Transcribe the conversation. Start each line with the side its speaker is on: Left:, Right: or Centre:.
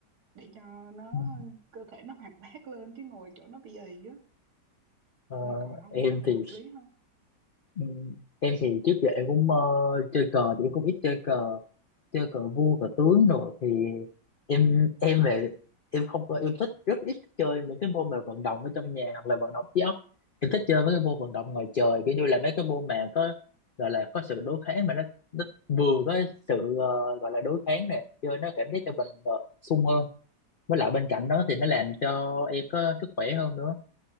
Right: để cho nó
Left: ừ,
Right: cơ thể nó hoạt bát lên chứ ngồi chỗ nó bị ì á
Left: ờ,
Right: là cầu lông
Left: em
Right: thì chắc là
Left: thì
Right: hợp lý ha
Left: ừ, em thì trước giờ em cũng ờ, chơi cờ thì em cũng ít chơi cờ chơi cờ vua cờ tướng rồi thì em em về em không có em thích rất ít chơi những cái môn mà vận động ở trong nhà hoặc là vận động trí óc em thích chơi mấy cái môn vận động ngoài trời kiểu như là mấy cái môn mà có gọi là có sự đối kháng mà nó, nó vừa có sự ờ, gọi là đối kháng nè chơi nó cảm giác cho mình ờ, sung hơn với lại bên cạnh đó thì nó làm cho em có sức khỏe hơn nữa